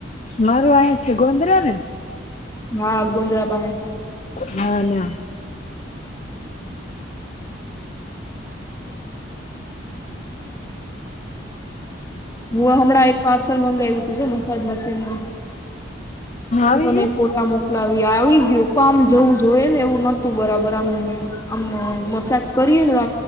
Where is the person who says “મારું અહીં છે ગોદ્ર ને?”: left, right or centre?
Left